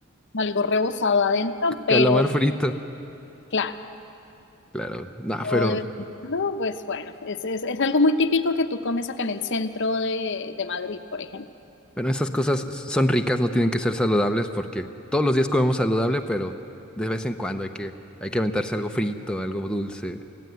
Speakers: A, on the left; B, in the centre.
A: algo rebozado adentro,
B: Calamar
A: pero
B: frito,
A: claro,
B: claro. No,
A: o
B: pero
A: de vez en cuando, pues bueno, es, es, es algo muy típico que tú comes acá en el centro de, de Madrid, por ejemplo.
B: bueno, esas cosas son ricas, no tienen que ser saludables porque todos los días comemos saludable, pero de vez en cuando hay que, hay que aventarse algo frito, algo dulce.